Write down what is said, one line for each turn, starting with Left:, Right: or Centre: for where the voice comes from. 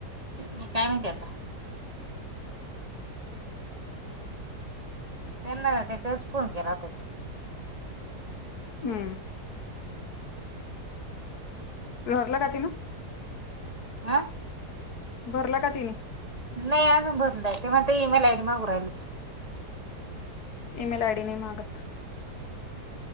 Right: म काय माहिती आता. त्यांना तेचाच फोन केला होता.
Left: हम्म भरलं का तिन?
Right: आ
Left: भरला का तिनी?
Right: नाही अजून भरलंय ते म्हणत ईमेल आय डी मागू राहिल.
Left: ईमेल आय डी नाही मागत.